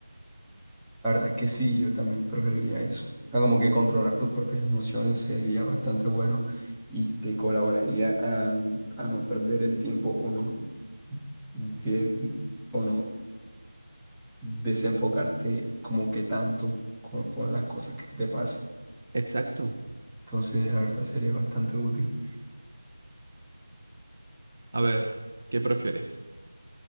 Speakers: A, in the centre; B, on the right (about 35°).
A: La verdad es que sí, yo también preferiría eso. O sea, como que controlar tus propias emociones sería bastante bueno y te colaboraría a, a no perder el tiempo o no, de- o no desenfocarte como que tanto como por las cosas que te pasan.
B: Exacto.
A: Entonces, la verdad sería bastante útil.
B: A ver, ¿qué prefieres?